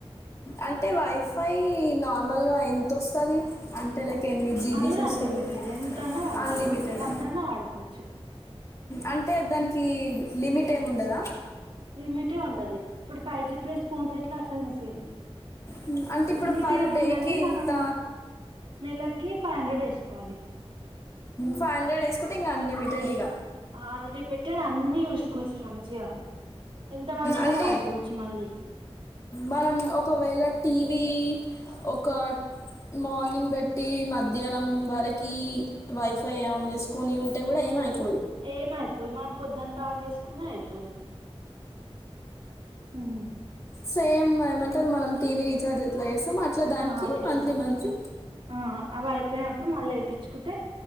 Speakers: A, on the left; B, on the right.
A: అంటే వైఫై నార్మల్గా ఎంతొస్తుది అంటే లైక్ కెన్ని జీబీ
B: అది కూడా
A: సెస్ల్
B: అన్లిమిటెడ్ ఎంత అన్నా వాడుకోవచ్చు
A: అన్లిమిటెడ్
B: ఎంత మంది అన్నా వాడుకోవచ్చు
A: అంటే దానికి లిమిట్ ఏమిండదా
B: లిమిటే ఉండదు ఇప్పుడు ఫైవ్ జి ప్లస్ ఫోన్స్ ఎట్లా అడసలుని సేంది
A: ఉమ్, అంటే ఇప్పుడు
B: లిమిట్
A: పర్
B: ఏమి
A: డేకి
B: ఉండది
A: ఇంత
B: మనము నెలకి ఫైవ్ హండ్రెడ్ వేసుకోవాలి
A: ఫైవ్ హండ్రెడ్ వేసుకుంటే ఇంకా అన్లిమిటెడ్ ఇక
B: అన్లిమిటెడ్ అన్నిీ చూసుకోవచ్చు మంచిగా ఎంత మంది అన్నా
A: అంటే
B: వాడుకోవచ్చు మళ్ళీ
A: మనం ఒకవేళ టీవీ ఒక మార్నింగ్ బట్టి మధ్యాహ్నం వరకి వైఫై ఆన్ చేసుకుొని ఉంటే కూడా ఏమవుతుంది
B: ఏమ అయిపోదు మం పొద్దుంతా ఆన్ చేసుకునే అయిపోదు ఉమ్.
A: సేమ్ ఏమంటారు మనం టీవీ రీచార్జ్ ఎట్లా అట్లా దానికి
B: ఆ, అట్లనే
A: మంత్లీ
B: ఇగ
A: మంత్లీ
B: ఆ అవ అయిపోయినప్పుడు మళ్ళీ వేయిించుకుంటే